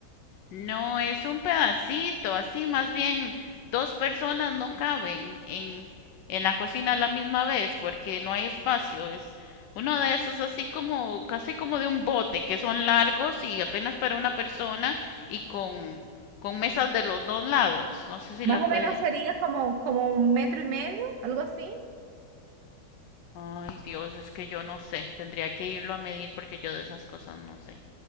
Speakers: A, on the left; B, on the right.
A: No, es un pedacito, así más bien dos personas no caben en, en la cocina a la misma vez porque no hay espacio. Es uno de esos así como, casi como de un bote, que son largos y apenas para una persona y con, con mesas de los dos lados. No sé si
B: Más
A: la
B: o
A: puede.
B: menos sería como, como un metro y medio, algo así,
A: Ay, Dios, es que yo no sé. Tendría que irlo a medir porque yo de esas cosas no sé.